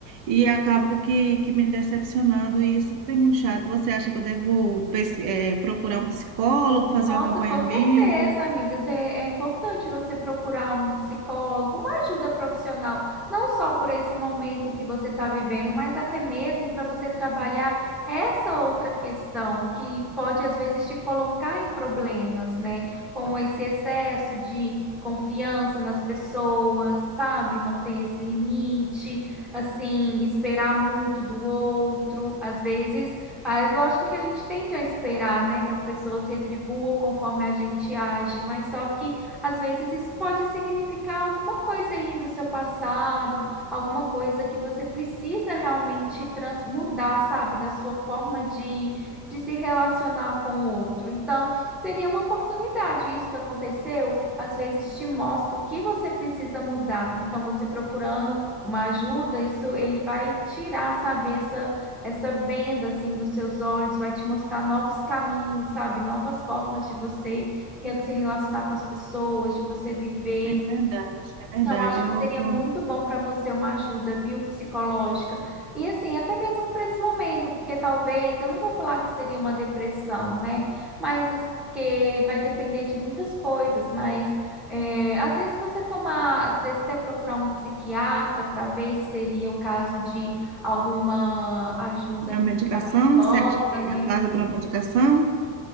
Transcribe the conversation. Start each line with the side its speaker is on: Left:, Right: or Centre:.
Right: e acabo que, que me decepcionando e isso tem muito chato. Você acha que eu devo, pes- eh, procurar um psicólogo, fazer
Centre: Nossa,
Right: um acompanhamento?
Centre: com certeza, amiga. Você- É importante você procurar um psicólogo, uma ajuda profissional, não só por esse momento que você está vivendo, mas até mesmo para você trabalhar essa outra questão que pode, às vezes, te colocar em problemas, né? Como esse excesso de confiança nas pessoas, sabe? Não ter esse limite, assim, esperar muito do outro. Às vezes. Mas lógico que a gente tende a esperar, né, que as pessoas retribuam conforme a gente age, mas só que às vezes isso pode significar alguma coisa aí do seu passado, alguma coisa que você precisa realmente trans mudar, sabe, da sua forma de, de se relacionar com o outro. Então, seria uma oportunidade. Isso que aconteceu, às vezes te mostra o que você precisa mudar. Então, você procurando uma ajuda, isso ele vai tirar, sabe, essa essa venda assim dos seus olhos vai te mostrar novos caminhos, sabe? Novas formas de você re- se relacionar com as pessoas, de você viver.
Right: É verdade, é verdade.
Centre: Então, acho
Right: Eu
Centre: que seria
Right: tô
Centre: muito bom para você uma ajuda, viu, psicológica. E assim, até mesmo para esse momento, porque talvez, eu não vou falar que seria uma depressão, né? Mas as- porque vai depender de muitas coisas. Mas é, às vezes você tomar, às vezes até procurar um psiquiatra para ver se seria o caso de alguma ajuda
Right: a medicação,
Centre: medicamentosa,
Right: você acha que
Centre: né?
Right: é a casa para medicação?